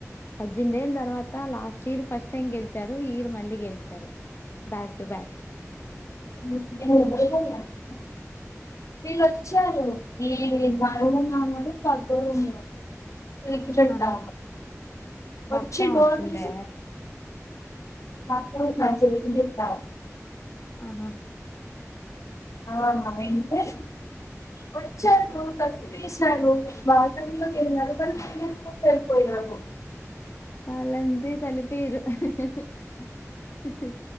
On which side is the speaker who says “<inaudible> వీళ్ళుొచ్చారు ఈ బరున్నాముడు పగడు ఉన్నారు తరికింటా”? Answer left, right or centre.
Left